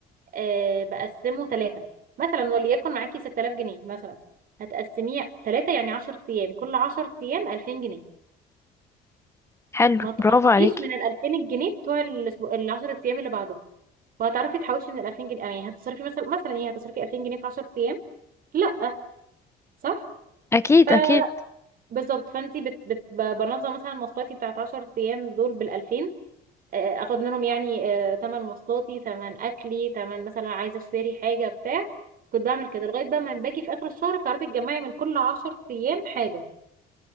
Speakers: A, on the right; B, on the left.
A: آه بقسمه ثلاثة مثلا وليكن معاكي 6000 جنيه مثلا هتقسميه ثلاثة يعني 10 ايام كل 10 ايام 2000 جنيه
B: حلو
A: ما تقربيش
B: برافو عليكي
A: من ال 2000 جنيه بتوع الاسبوع ال 10 ايام اللي بعده وهتعرفي تحوشي من ال 2000 جنيه يعني هتصرفي مثلا مثلا يعني هتصرفي 2000 جنيه في 10 ايام لا صح
B: اكيد
A: ف-
B: اكيد
A: بالظبط فانت بت... بت... بنظم مثلا مواصلاتي بتاعت 10 ايام دول بال 2000 آه، اخد منهم يعني آه، تمن مواصلاتي تمن اكلي تمن مثلا عايزه اشتري حاجه بتاع كنت بعمل كده لغايه بقى ما باجي في اخر الشهر تعرفي تجمعي من كل 10 ايام حاجه